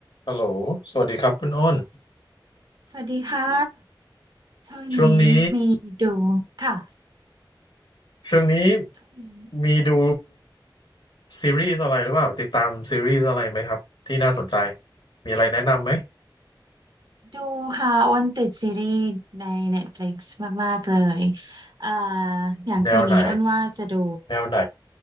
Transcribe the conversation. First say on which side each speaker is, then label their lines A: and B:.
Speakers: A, on the left; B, on the right.
A: ฮัลโหลสวัสดีครับคุณอ้น
B: สวัสดีค่ะ ช่วงนี้มีดูค่ะ
A: ช่วงนี้ช่วงนี้
B: ช่วงนี้
A: มีดูซีรีส์อะไรหรือเปล่าติดตามซีรีส์อะไรไหมครับที่น่าสนใจมีอะไรแนะนำไหม
B: ดูค่ะอ้นติดซีรีส์ใน Netflix มากๆเลยเอ่ออย่างคืนนี้อ้นว่าจะดู
A: แนวไหนแนวไหน